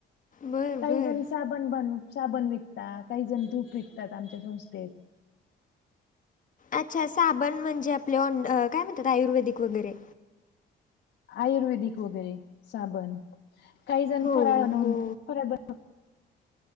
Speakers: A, on the left; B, on the left.
A: बरं
B: काही
A: बरं
B: जण साबण बन, साबण विकता काही जण धूप विकतात आमच्या संस्थेत.
A: अच्छा साबण म्हणजे आपले ऑंड काय म्हणतात आयुर्वेदिक वगैरे.
B: आयुर्वेदिक वगैरे साबण काही जण
A: हो
B: फराळ बनून,
A: हो
B: फराळ